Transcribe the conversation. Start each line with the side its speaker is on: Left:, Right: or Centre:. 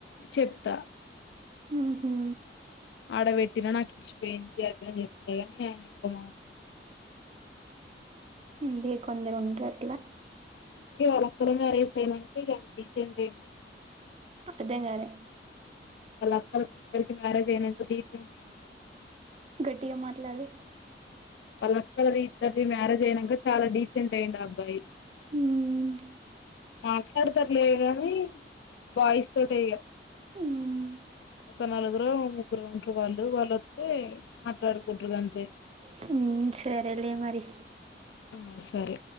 Left: చెప్తా
Right: ఆహా
Left: ఆడబెట్టినా నాకు ఇచ్చిపోయింది అది అని చెప్తేగాని అయిన ఎక్కువ మాట్లాడడు
Right: ఇందే కొందరూంటరట్ల
Left: అంటే వాళక్కల మ్యారేజ్ అయనంక ఇగ అయిన డీసెంట్ ఆఇండు గా
Right: అర్థం కాలే
Left: వాళ్ళ అక్కలకి ఇద్దరికి మ్యారేజ్ అయనంక డీసెంట్ ఆఇండు బానే
Right: టిగ మాట్లాడు
Left: వాళ్ళక్కది ఇద్దరిది మ్యారేజ్ అయినంక చాలా డీసెంట్ అయిండు అ అబ్బాయి
Right: ఆ
Left: మాట్లాడతారులే కాని బాయిస్ తోటే ఇగ
Right: హలో..
Left: ఒక నలుగురో ముగ్గురో ఉంటరు వాళ్ళు వాళ్ళొత్తే మాట్లాడుకుంటురు అంతే
Right: హు సరే లే మరి
Left: ఆ సరే